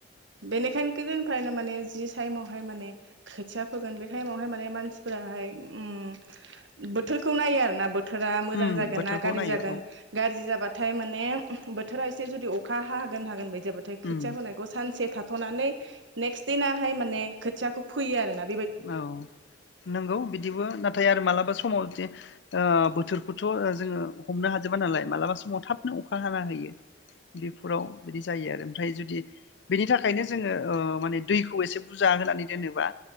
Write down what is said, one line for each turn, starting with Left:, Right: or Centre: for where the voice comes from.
Right: बेनिखायनो गोदोनिफ्रायनो माने जि ताइमावहाय माने खोथिया फोगोन बे टाइमावहाय माने मानसिफोराहाय ओ बोथोरखौ नायो आरोना बोत थोरा मोजां
Left: उम
Right: जागोनना
Left: बोथोरखौ
Right: गाज्रि
Left: नायो
Right: जागोन
Left: औ
Right: गाज्रि जाबा नाथाय माने बोथोरा एसे जुदि अखा हागोन हागोन बायदि जाबाथाय खोथिया
Left: उम
Right: फोनायखौ सानसे थाथ'नानै नेक्स् दिनाहाय माने खोथियाखौ फैयो आरो ना
Left: औ नंगौ बिदिबो नाथाय आरो मालाबा समाव जे ओ बोथोरखौथ' जोङो हमनो हाजोबा नालाय मालाबा समाव थाबनो अखा हाना होयो बेफोराव बिदि जायो आरो ओमफ्राय जुदि बेनि थाखायनो जोङो ओ माने दैखौ एसे बुरजा होनानै दोनोबा